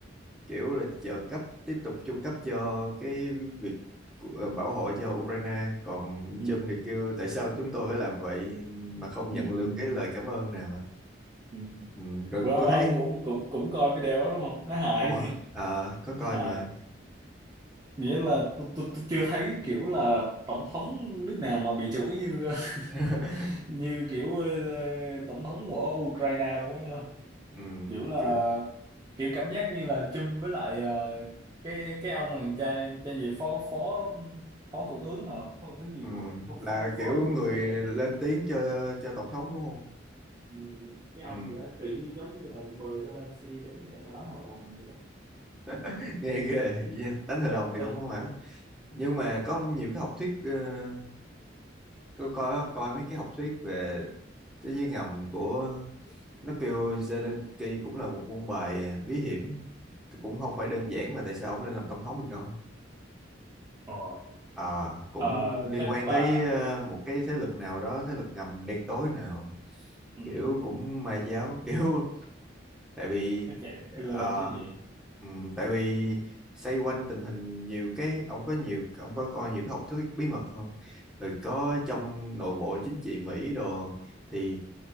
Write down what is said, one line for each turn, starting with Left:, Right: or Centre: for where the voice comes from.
Centre: kiểu là trợ cấp tiếp tục chu cấp cho cái việc của- ờ, bảo hộ cho Ukraine còn
Right: Ừ.
Centre: Trump thì kêu tại sao chúng tôi phải làm vậy mà không nhận
Right: Ừ.
Centre: được cái lời cảm ơn nào hả?
Right: Ừ.
Centre: Ừ, rồi
Right: bữa ông
Centre: tôi
Right: ông
Centre: thấy
Right: cũng cũng cũng coi video đó đúng không nó hài
Centre: đúng rồi à,
Right: <laughs>
Centre: có
Right: nó
Centre: coi
Right: hài
Centre: mà
Right: nghĩa là tôi tôi tôi chưa thấy kiểu là tổng thống nước nào mà bị chửi như
Centre: <laughs>
Right: <laughs> như kiểu ờ, tổng thống của Ukraine luôn á nha
Centre: ừ,
Right: kiểu là
Centre: kiểu,
Right: kiểu cảm giác như là chum với lại ờ, cái cái ông mà cha cha gì phó phó phó thủ tướng hả phó thủ tướng gì
Centre: ừ,
Right: của không
Centre: là
Right: phó
Centre: kiểu
Right: phó gì
Centre: người
Right: của Mỹ á
Centre: lên tiếng cho cho tổng thống đúng không?
Right: ừ, cái
Centre: Ừ,
Right: ông gì đó tự nhiên giống như là mời Zelensky đến để mà đánh hội đồng gì đó
Centre: <laughs> nghe ghê đánh hội
Right: <laughs>
Centre: đồng thì
Right: Xong
Centre: cũng không hẳn nhưng mà có nhiều cái học thuyết ờ, Tôi có coi mấy cái học thuyết về thế giới ngầm của nó kêu Zelensky cũng là một quân bài à, bí hiểm cũng không phải
Right: Ừ.
Centre: đơn giản mà tại sao ông lên làm tổng thống được đâu
Right: Ờ,
Centre: à cũng
Right: Ờ,
Centre: liên
Right: chắc
Centre: quan
Right: là
Centre: tới ờ, một cái thế lực nào đó thế lực ngầm đen tối nào
Right: ừ,
Centre: kiểu cũng ma giáo <laughs> kiểu tại vì
Right: chắc vậy đưa
Centre: ờ,
Right: lên chứ gì
Centre: ừm, tại vì xoay quanh tình hình nhiều cái ông có nhiều ông có coi nhiều cái học thuyết bí mật không rồi có trong nội bộ chính trị Mỹ đồ thì